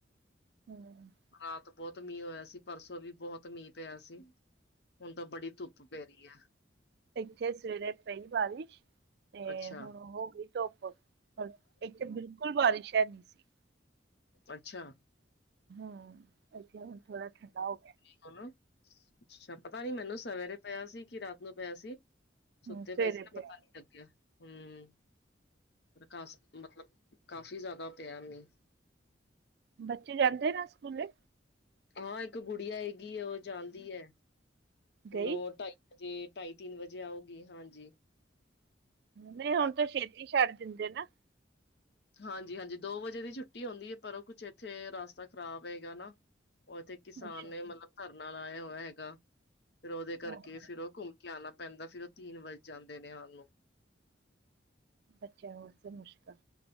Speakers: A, on the right (about 60°); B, on the left (about 60°).
A: <inaudible>
B: ਰਾਤ ਬਹੁਤ ਮੀਂਹ ਹੋਇਆ ਸੀ ਪਰਸੋ ਵੀ ਬਹੁਤ ਮੀਂਹ ਪਿਆ ਸੀ। ਹੁਣ ਤਾਂ ਬੜੀ ਧੁੱਪ ਪੈ ਰਹੀ ਹੈ।
A: ਇਥੇ ਸਵੇਰੇ ਪਈ ਬਾਰਿਸ਼ ਤੇ
B: ਅੱਛਾ
A: ਹੁਣ ਹੋ ਗਈ ਧੁੱਪ ਪਰ ਇੱਥੇ ਬਿਲਕੁਲ ਬਾਰਿਸ਼ ਹੈ ਨੀ ਸੀ।
B: ਅਛਾ।
A: ਹੂੰ ਇਥੇ ਹੁਣ ਥੋੜਾ ਠੰਡਾ ਹੋ ਗਿਆ।
B: <unintelligible> ਅਛਾ ਪਤਾ ਨੀ ਮੈਨੂੰ ਸਵੇਰੇ ਪਿਆ ਸੀ ਕਿ ਰਾਤ ਨੂੰ ਪਿਆ ਸੀ। ਸੁੱਤੇ
A: ਹੂੰ
B: ਪਏ
A: ਸਵੇਰੇ
B: ਸੀ ਨਾ
A: ਪਿਆ
B: ਪਤਾ ਨੀ ਲਗਿਆ, ਹੂ। <unintelligible> ਮਤਲਬ ਕਾਫੀ ਜਾਦਾ ਪਯਾ ਮੀਹ
A: ਬੱਚੇ ਜਾਂਦੇ ਨਾ ਸਕੂਲੇ?
B: ਹਾਂ ਇੱਕ ਗੁੜੀਆ ਹੈਗੀ ਉਹ ਜਾਂਦੀ ਹੈ। ਹੁਣ
A: ਗਈ
B: ਉਹ ਢਾਈ ਜੇ ਢਾਈ ਤਿੰਨ ਵਜੇ ਆਉਗੀ ਹਾਂਜੀ
A: ਨਹੀ
B: ਬੇਟਾ
A: ਹੁਣ ਤ ਛੇਤੀ ਛੱਡ ਦਿੰਦੇ ਨਾ?
B: ਹਾਂਜੀ-ਹਾਂਜੀ ਦੋ ਵਜੇ ਦੀ ਛੁੱਟੀ ਹੁੰਦੀ ਹਏ, ਪਰ ਉਹ ਕੁਛ ਇੱਥੇ ਰਸਤਾ ਖ਼ਰਾਬ ਹੈਗਾ ਨਾ ਉਥੇ ਕਿਸਾਨ
A: ਅੱਛਾ
B: ਨੇ
A: ਅੱਛਾ
B: ਮਤਲਬ ਧਰਨਾ ਲਾਇਆ ਹੋਇਆ ਹੈਗਾ, ਫਿਰ ਉਹਦੇ ਕਰਕੇ
A: ਓਹੋ,
B: ਫਿਰ ਉਹ ਘੁੰਮ ਲਯਾਨਾ ਪੈਂਦਾ ਸੀ, ਫੇਰ ਉਹ ਤਿੰਨ ਵੱਜ ਜਾਂਦੇ ਨੇ ਆਨ ਨੂੰ।
A: ਬੱਚਿਆਂ ਵਾਸਤੇ ਮੁਸ਼ਕਿਲ